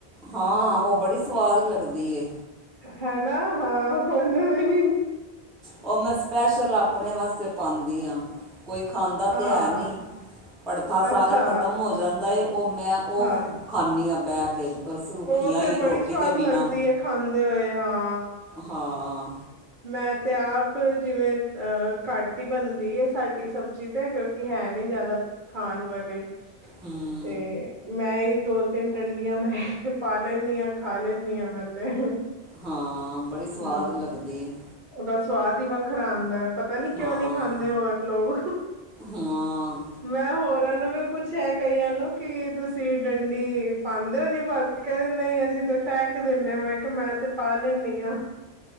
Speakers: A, in the centre; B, on the right.
A: ਹਾਂ, ਉਹ ਬੜੀ ਸਵਾਦ ਲੱਗਦੀ ਐ।
B: ਹਨਾ ਹਾਂ ਉਹਨੂੰ ਵੀ
A: ਉਹ ''ਮੈਂ ਸਪੈਸ਼ਲ ਆਪਣੇ ਵਾਸਤੇ ਪਾਂਦੀ ਆਂ, ਕੋਈ ਖਾਂਦਾ
B: ਹਾਂ,
A: ਤੇ ਹੈ ਨਹੀਂ। ਭੜਥਾ ਸਾਰਾ
B: ਅੱਛਾ
A: ਖਤਮ ਹੋ ਜਾਂਦਾ ਏ ਉਹ, ਮੈਂ ਉਹ
B: ਹਾਂ।
A: ਖਾਂਨੀ ਆ ਬਹਿਕੇ। ਬਸ ਰੁੱਖੀਆਂ
B: ਉਹ ਤੇ
A: ਹੀ, ਰੋਟੀ
B: ਬੜੀ ਸਵਾਦ
A: ਦੇ ਬਿਨਾਂ।
B: ਲੱਗਦੀ ਹੈ ਖਾਂਦੇ ਹੋਏ, ਹਾਂ।
A: ਹਾਂ
B: ''ਮੈਂ ਤੇ ਆਪ ਜਿਵੇਂ ਅਹ ਘਟ ਹੀ ਬਣਦੀ ਏ ਸਾਡੀ ਸਬਜ਼ੀ, ਤੇ ਹੈ ਕਿਉਂ ਕਿ ਹੈ ਨੀ ਜਿਆਦਾ, ਖਾਣ ਵਾਲੇ
A: ਹੂੰ।
B: ਤੇ, ਮੈਂ ਹੀ ਦੋ-ਤਿੰਨ ਡੰਡੀਆਂ ''ਮੈਂ ਪਾ ਲੈਂਨੀ ਆਂ, ਖਾ ਲੈਂਨੀ ਆਂ ''ਮੈਂ ਤੇ।
A: ਹਾਂ, ਬੜੀ ਸਵਾਦ
B: ਹੂੰ।
A: ਲੱਗਦੀ।
B: ਉਹਦਾ ਸਵਾਦ ਈ ਵੱਖਰਾ ਆਂਦਾ। ਪਤਾ ਨੀ,
A: ਹਾਂ
B: ਕਿਉਂ ਨੀ ਖਾਂਦੇ ਹੋਰ ਲੋਕ।
A: ਹਾਂ
B: ''ਮੈਂ ਹੋਰਾਂ ਨੂੰ ਵੀ ਪੁੱਛਿਆ ਕਈਆਂ ਨੂੰ ਕਿ, ਤੁਸੀਂ ਡੰਡੀ ਪਾਂਦੇ ਹੋ ਨਹੀਂ ਪਾ ਕਹਿੰਦੇ ਨਹੀਂ ਅਸੀਂ ਤੇ ਫੈਕ ਦਿੰਨੇ ਆ, ਮੈਂ ਕਿਹਾ ਮੈਂ ਤੇ ਪਾ ਲੈਂਨੀ ਆ।